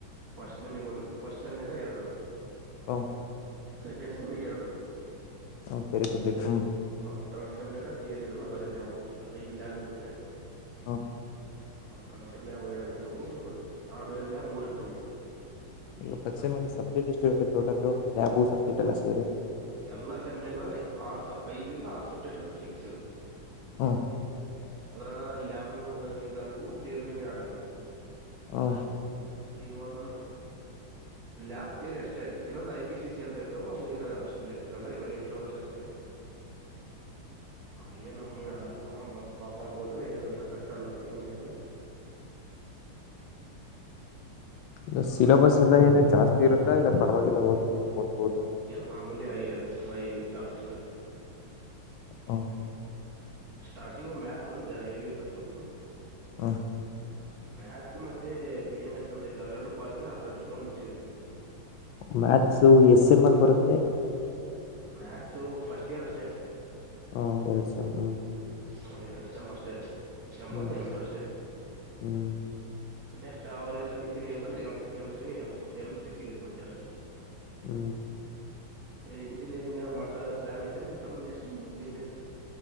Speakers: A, on the right; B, on the left.
A: ಪಶ್ಚಿಮಿಗ ಒಂದು ಪಶ್ಚಿಮನಾಗ ಎರಡು
B: ಹ
A: ಸೆಕೆಂಡ್ ಸೆಮ್ಮಿಗೆ ಎರಡು
B: ಹ ತರೆ ಸಬ್ಜೆಕ್ಟ್ ಹೂ
A: ಹ ತರ್ಡ್ ಸೆಮ್ನಾಗ ತೇಯರಿ ಇರಲ್ಲ ಬರೀ ಲ್ಯಾಬ್ ಐದು ಲ್ಯಾಬ್ ಇರುತ್ತೆ
B: ಹ
A: ಹ ಕಂಪ್ಯೂಟರ್ ಲ್ಯಾಬ್ ಎರಡು ಇರ್ತವು ಹಾರ್ಡ್ವೇರ್ ಲ್ಯಾಬ್ ಮೂರ್ ಇರ್ತವು
B: ಈಗ ಪಚೆ ಮಲ್ಲಿ ಸಬ್ಜೆಕ್ಟ್ ಎಷ್ಟ ಇರುತ್ತೆ ಟೋಟಲ್ ಲ್ಯಾು ಸಬ್ಜೆಕ್ಟ್ ಎಲ್ಲಷ್ಟ
A: ಎಲ್ಲಾ ಸೆಮ್ನೆಗ ಆರು ಸಬ್ ಐದ ಇಲ್ಲ ಆರ್ ಸಬ್ಜೆಕ್ಟ್ ಅಂತ ಫಿಕ್ಸ್
B: ಹಾ
A: ಅದ್ರಾಗ ಲ್ಯಾಬ್ನು ಇದಾಕವು ಥಿಯರಿ ಯಾಡ್ ಆಗ್ತವು
B: ಹಾ
A: ಈಲ್ಲಿಗ ಒಂದೊಂದು ಲಯಾಭ ೇರಿ ಅಷ್ಟೇ ಇನ್ನೊಂದ್ ಐ ಪಿ ಸಿ ಸಿ ಅಂತ ಇರ್ತಾವ ಅವು ಏನು ಅಷ್ಟ ಲೆಕ್ಕಲ್ಲ ಇ ಬರೇ ಇಂಟರ್ನಲ್ಸ್ ಅಷ್ಟೇ ಹ ಆರಾಮ್ ಬರ್ ಪಾಸ್ ಆಗ್ಬೋದು ಏನ ಅಂತ ಕಷ್ಟ ಅಲ್ಲ ಡಿಪ್ಲೊಮ ಹ
B: ಇ ಸಿಲೆಬಸ್ ಎಲ್ಲ ಏನ ಜಾಸ್ತಿ ಇರುತ್ತಾ ಇಲ್ಲ ಪರವಾಗಿಲ್ಲ ಹೋಗ್ ಹೋಗ್ಬೋ
A: ಏ ಮಾಮೂಲಿ ಆಯ ಫೈ ಚಾಪ್ಟರ್
B: ಹಾ
A: ಸ್ಟಾರ್ಟಿಂಗ್ ಮ್ಯಾಕ್ಸ್ ಒಂದ್ ಹೆವಿ ಇರ್ತದೆ ಸ್ವಲ್ಪ
B: ಹಾ
A: ಮ್ಯಾಥಸ್ ಮತ್ತೆ ಪಿ ಎಂ ಎಸ್ ಅಂತ ಐ್ತ ಅವ ಎರಡು ಪಾಸ್ ಐ ಅರ್ಧ ಡಿಪ್ಲೋಮಾ ಮುಗಿಸಿದ
B: ಮ್ಯಾಥ್ಸು ಎಸ್ ಎಂ್ ಎಲ್ ಬರುತ್ತೆ
A: ಮ್ಯಾಕ್ಸು ಫಸ್ಟ್ ಇಯರ್ ಅಷ್ಟೇ
B: ಹೂ ಎಲ್ಸ ಹೂ
A: ಹ ಎರಡು ಸಮ್ ಅಷ್ಟೇ ಎಮ್
B: ಹ್ಮ್
A: ಒನ್ ಎಮ್ ಟು ಅಷ್ಟೇ
B: ಹ್ಮ್
A: ನೆಕ್ಸ್ಟ್ ಅವ್ರ ಏನಾದ್ ಇಂಜಿನಿಯಂಗ M M three M M three ಸಿಗುತ್ತತ್ ಮತ್ತೆ ಅವ್ರಿಗೆ
B: ಹ
A: ಏ ಇಂಜಿನಿಯರಿಂಗ್ ಏನೋ ಮಾಡ್ಸಾ ಪ್ಲಾನ್ ಐತೆ ನಿಮ್ ತಮ್ಮ ನೆಕ್ಸ್ಟ್ ಮುಗ್ಡಿಂದೆ